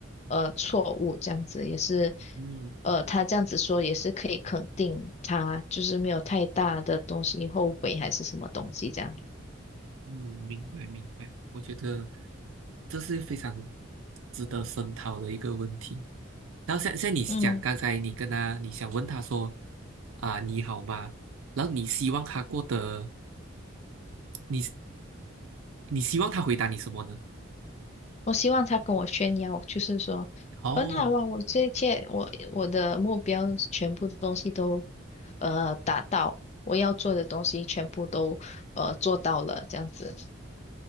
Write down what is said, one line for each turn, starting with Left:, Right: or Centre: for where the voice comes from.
Left: 呃错误，这样子也是，
Right: 嗯。
Left: 呃，他这样子说也是可以肯定他就是没有太大的东西后悔还是什么东西这样。
Right: 嗯，明白明白，我觉得这是非常值得深讨的一个问题。然后像像你讲，
Left: 嗯。
Right: 刚才你跟他，你想问他说啊，你好吗？然后你希望他过得，你你希望他回答你什么呢？
Left: 我希望他跟我炫耀，就是说很好啊，
Right: 哦，
Left: 我这一切，我我的目标全部的东西都呃达到，我要做的东西全部都呃做到了，这样子。